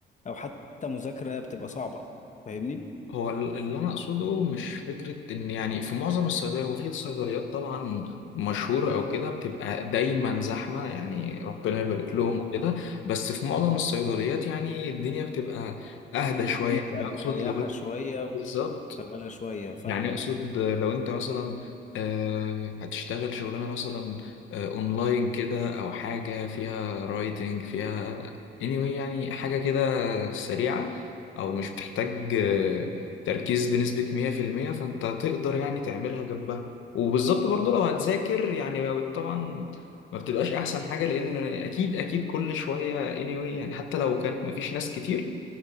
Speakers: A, on the left; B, on the left.
A: او حتى مذاكرة بتبقى صعبة فاهمني
B: هو ال- اللي انا اقصده مش فكره ان يعني في معظم الصيدليات هو في صيدليات طبعا مشهوره او كده بتبقى دايما زحمه يعني ربنا يبارك لهم
A: مم.
B: وكده بس في معظم الصيدليات يعني الدنيا بتبقى اهدى شويه
A: الدنيا بتبقى
B: يعني
A: مريحة
B: اقصد لو
A: شوية
B: بالظبط
A: شغالة شوية فاهمك
B: يعني اقصد لو انت مثلا آه، هتشتغل شغلانه مثلا آه، اونلاين كده او حاجه فيها رايتنج فيها anyway يعني حاجه كده سريعه او مش بتحتاج آه، تركيز بنسبه 100% فانت هتقدر يعني تعملها جنبها وبالظبط برضو لو هتذاكر يعني طبعا ما بتبقاش احسن حاجه لان اكيد اكيد كل شويه anyway يعني حتى لو كانت مفيش ناس كتير